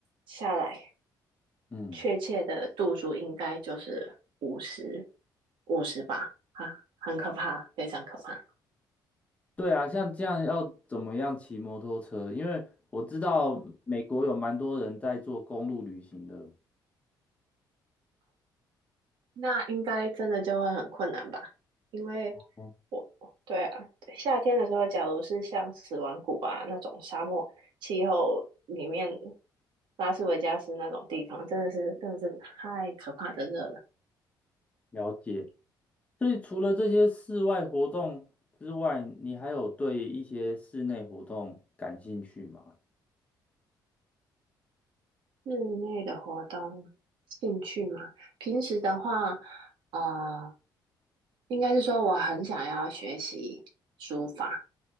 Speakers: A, on the right (about 75°); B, on the left (about 15°).
A: 下来，
B: 嗯，
A: 确切的度数应该就是五十，五十吧，啊，很可怕，非常可怕。
B: 对啊，像这样要怎么样骑摩托车？因为我知道美国有蛮多人在做公路旅行的。
A: 那应该真的就会很困难吧？因为
B: 哦，
A: 我，对啊，夏天的时候，假如是像死亡谷啊那种沙漠气候里面，拉斯维加斯那种地方，真的是真的是太可怕的热了。
B: 了解。所以除了这些室外活动之外，你还有对一些室内活动感兴趣吗？
A: 室内的活动兴趣嘛，平时的话，呃，应该是说我很想要学习书法，